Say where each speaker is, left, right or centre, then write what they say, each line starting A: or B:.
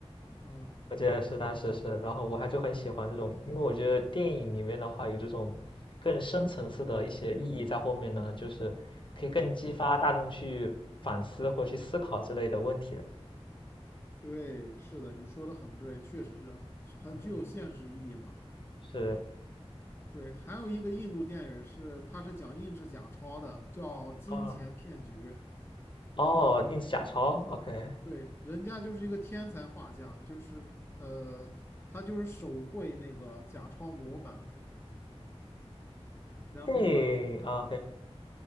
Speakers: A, on the left; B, on the left.
A: 啊，
B: 我记得是当时是，然后我还就很喜欢这种，因为我觉得电影里面的话有这种更深层次的一些意义在后面呢，就是可以更激发大众去反思或去思考之类的问题的。
A: 嗯，对，是的，你说的很对，确实是很具有现实意义嘛。
B: 嗯，是
A: 对，还有一个印度电影是，他是讲印制假钞的，叫《金钱骗局》。
B: 啊，哦，印制假钞，OK。
A: 对，人家就是一个天才画家，就是呃，他就是手绘那个假钞模板，然后呢，
B: Hey, okay,